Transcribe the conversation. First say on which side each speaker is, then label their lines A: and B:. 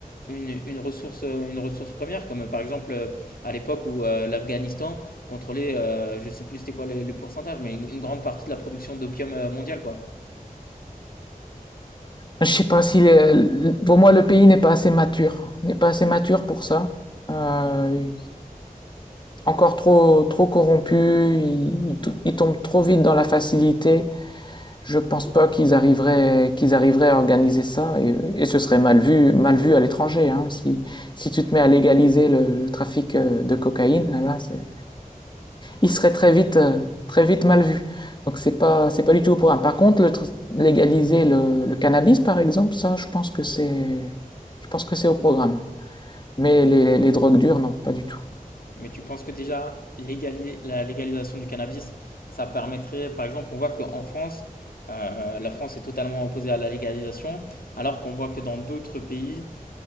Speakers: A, on the left (about 85°); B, on the left (about 30°).
A: une, une ressource, euh, une ressource première, comme euh, par exemple euh, à l'époque où euh, l'Afghanistan contrôlait, euh, je ne sais plus c'était quoi le, le pourcentage, mais une, une grande partie de la production d'opium euh, mondiale, quoi.
B: Je sais pas si, les- pour moi, le pays n'est pas assez mature, n'est pas assez mature pour ça. Euh, encore trop, trop corrompus, ils, ils tombent trop vite dans la facilité. Je pense pas qu'ils arriveraient, qu'ils arriveraient à organiser ça et, et ce serait mal vu, mal vu à l'étranger. Hein. Si, si tu te mets à légaliser le, le trafic euh, de cocaïne, là, c'est, il serait très vite, euh, très vite mal vu. Donc c'est pas, c'est pas du tout au programme. Par contre, le légaliser le, le cannabis, par exemple, ça, je pense que c'est, je pense que c'est au programme. Mais les, les drogues dures, non, pas du tout.
A: Mais tu penses que déjà, légali- la légalisation du cannabis, ça permettrait, par exemple, on voit qu'en France, euh, la France est totalement opposée à la légalisation, alors qu'on voit que dans d'autres pays,